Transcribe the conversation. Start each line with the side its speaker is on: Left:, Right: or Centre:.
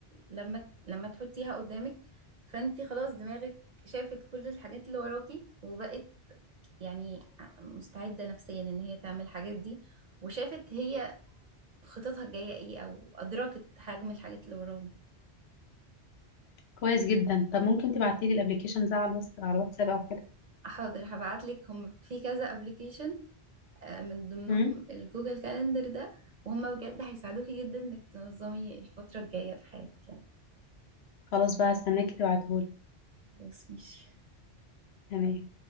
Right: لما لما تحطيها قدامك فانت خلاص دماغك شافت كل الحاجات اللي وراكي وبقت يعني مستعدة نفسيا إن هي تعمل الحاجات دي وشافت هي خططها الجاية ايه أو أدركت حجم الحاجات اللي وراهم
Left: كويس جدا طب ممكن تبعتيلي الابلكيشن ده على الواتس على الواتساب او كده
Right: حاضر هبعتلك هم في كذا ابلكيشن من ضمنهم
Left: امم
Right: الجوجل كالندر ده وهم بجد هيساعدوكي جدا انك تنظمي الفترة الجاية في حياتك يعني
Left: خلاص بقى استناكي تبعتهولي
Right: خلاص ماشي
Left: تمام